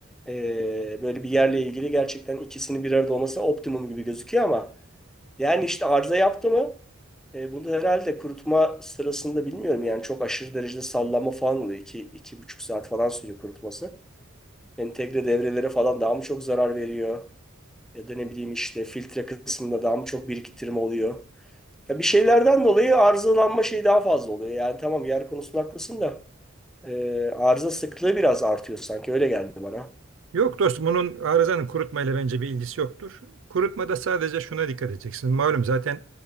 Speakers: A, in the centre; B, on the right.
A: Ee, böyle bir yerle ilgili gerçekten ikisinin bir arada olması optimum gibi gözüküyor ama yani işte arıza yaptı mı e, bunu herhalde kurutma sırasında bilmiyorum yani çok aşırı derecede sallanma falan oluyor. İki, iki buçuk saat falan sürüyor kurutması. Entegre devrelere falan daha mı çok zarar veriyor? Ya da ne bileyim işte filtre kısmında daha mı çok biriktirme oluyor. Ya bir şeylerden dolayı arızalanma şeyi daha fazla oluyor. Yani tamam yer konusunda haklısın da e, arıza sıklığı biraz artıyor sanki öyle geldi bana.
B: Yok dostum bunun arızanın kurutmayla bence bir ilgisi yoktur. Kurutmada sadece şuna dikkat edeceksin. Malum zaten